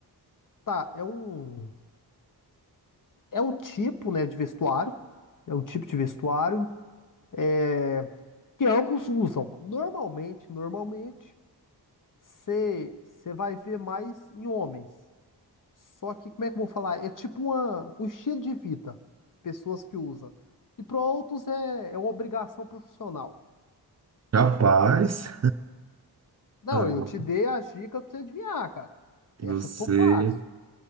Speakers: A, on the left; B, on the right.
A: Tá, é um, é um tipo, né, de vestuário. É um tipo de vestuário é, que ambos usam. Normalmente, normalmente, você vai ver mais em homens. Só que, como é que eu vou falar? É tipo uma, um estilo de vida. Pessoas que usam. E para outros é, é uma obrigação profissional.
B: Rapaz,
A: Não,
B: agora
A: eu te dei a dica pra você adivinhar, cara. Essa
B: você
A: ficou fácil.